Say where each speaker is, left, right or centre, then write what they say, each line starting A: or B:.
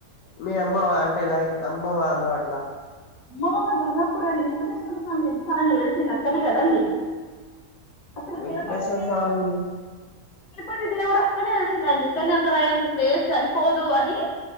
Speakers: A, on the left (about 70°); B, on the left (about 35°).
A: మీ అమ్మ వా అంటే లైక్ అమ్మ వాళ్ళు అట్లా
B: అమ్మో <unintelligible> గప్పుడు వేంకటేశ్వర స్వామి తెలుసా అండి వెలసిందక్కడ్నే గదండి అక్కడు
A: వెంకటేశ్వర
B: తిరుపతి దేవుడు
A: స్వామి
B: తిరుపతి దేవుడు అక్కన్నే వెలసిన్ చిండండి కనక్కడ ఆయనకు ప్లేస్ సరిపోదు అని